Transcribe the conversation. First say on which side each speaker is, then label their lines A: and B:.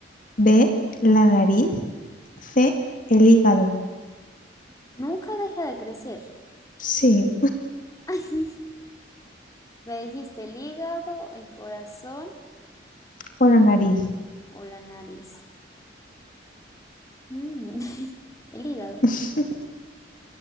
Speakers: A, on the left (about 45°); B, on the left (about 20°).
A: B. La nariz. C, el hígado.
B: nunca deja de crecer.
A: Sí,
B: <laughs> Ay, me dijiste el hígado, el corazón
A: o la nariz.
B: o la nariz. Mm, <laughs> el hígado.
A: <laughs>